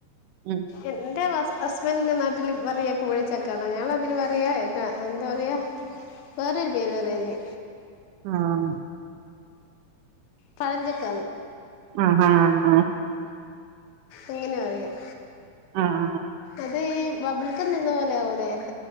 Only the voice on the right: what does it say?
ഉം
ആഹ
ആഹ ആഹ
ആഹ ആ